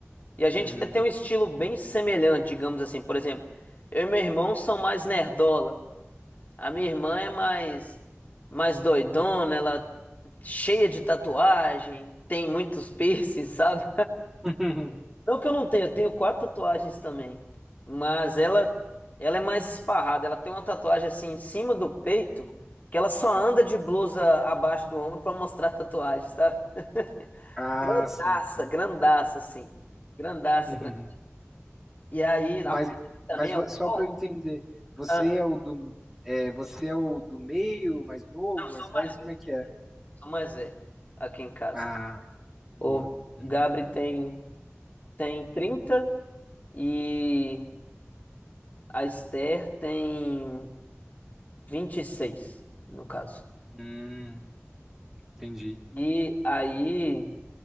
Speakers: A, on the left (about 35°); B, in the centre.
A: E a gente
B: Uhum.
A: até tem um estilo bem semelhante, digamos assim. Por exemplo, eu e meu irmão são mais nerdola. A minha irmã é mais mais doidona, ela cheia de tatuagem, tem muitos piercings, <laughs> sabe?
B: <laughs>
A: Não que eu não tenha, eu tenho quatro tatuagens também. Mas ela, ela é mais esparrada. Ela tem uma tatuagem assim em cima do peito, que ela só anda de blusa abaixo do ombro pra mostrar a tatuagem, sabe? <laughs>
B: Ah,
A: Grandaça,
B: sim, então.
A: grandaça, assim. Grandaça,
B: Uhum.
A: grandaça. E aí,
B: Mas,
A: a perna também,
B: mas
A: ela.
B: vo- só
A: Oh,
B: para eu entender, você
A: ah,
B: é o do, é, você é o do meio, mais novo,
A: não, sou
B: mais velho,
A: mais velho.
B: como é que é?
A: Sou mais velho aqui em casa.
B: Ah, boa.
A: O
B: Uhum.
A: Gabri tem, tem 30 e a Esther tem 26, no caso.
B: Hum, entendi,
A: E aí,